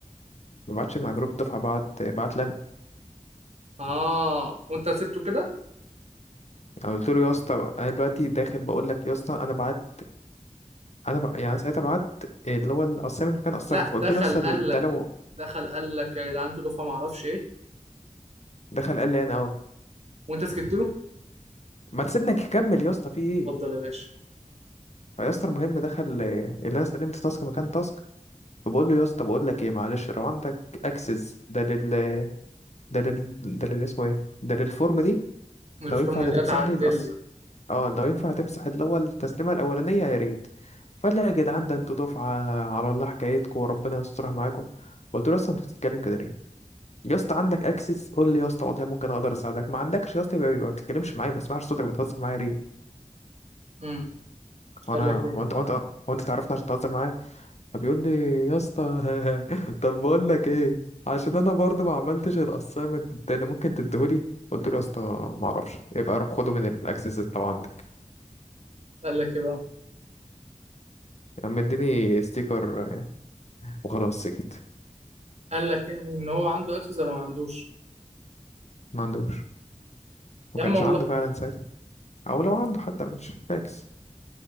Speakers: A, on the left; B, on the right.
A: ما بعتش من على جروب الدفعه بعت بعت لنا
B: اه وانت سبته كده
A: يعني قلت له يا اسطى انا دلوقتي داخل بقول لك يا اسطى انا بعت انا ب... يعني ساعتها بعت اللي هو الاسايمنت مكان اسايمنت
B: لا
A: فقلت
B: دخل
A: له يا اسطى
B: قال
A: ده
B: لك
A: لو
B: دخل قال لك يا جدعان انتوا دفعه ما اعرفش ايه
A: دخل قال لي انا اه
B: وانت سكت له
A: ما تسيبنا نكمل يا اسطى في ايه
B: اتفضل يا باشا
A: فيا اسطى المهم دخل اللي انا سلمت تاسك مكان تاسك فبقول له يا اسطى بقول لك ايه معلش لو عندك اكسس ده لل ده لل... ده اللي اسمه ايه ده للفورم دي
B: الفورم
A: لو ينفع
B: اللي
A: ده تمسح
B: اتعدل
A: لي القص
B: لي
A: اه لو ينفع تمسح اللي هو التسليمه الاولانيه يا ريت فقال لي يا جدعان ده انتوا دفعه على الله حكايتكم وربنا يسترها معاكم قلت له اصلا انت بتتكلم كده ليه يا اسطى عندك اكسس قول لي يا اسطى والله ممكن اقدر اساعدك ما عندكش يا اسطى يبقى يبقى ما بتتكلمش معايا ما اسمعش صوتك بتهزر معايا ليه
B: امم
A: وانا
B: قال لك
A: هو
B: ايه
A: انت هو انت هو انت تعرفني عشان تهزر معايا فبيقول لي يا اسطى <laughs> طب بقول لك ايه عشان انا برضه ما عملتش الاسايمنت التاني ممكن تديهولي قلت له يا اسطى ما اعرفش يبقى روح خده من الاكسس اللي عندك
B: قال لك ايه بقى
A: يا عم اديني ستيكر وخلاص سكت
B: قال لك يعني ان هو عنده اكسس ولا ما عندوش
A: ما عندوش ما
B: يا
A: كانش
B: عم والله
A: عنده فعلا ساعتها او لو عنده حتى مش فاكس